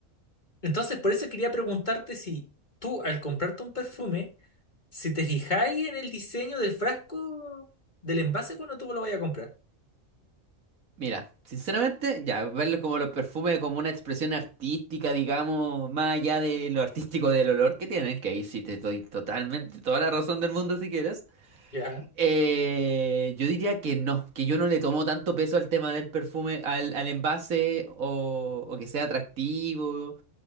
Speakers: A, on the left; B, on the right.
A: Entonces, por eso quería preguntarte si tú, al comprarte un perfume, Si te fijáis en el diseño del frasco, del envase cuando tú lo vayas a comprar.
B: Mira, sinceramente, ya, verlo como los perfumes como una expresión artística, digamos, más allá de lo artístico del olor que tienen, que ahí sí te doy totalmente toda la razón del mundo si quieres.
A: Ya.
B: Eh, yo diría que no, que yo no le tomo tanto peso al tema del perfume, al, al envase o, o que sea atractivo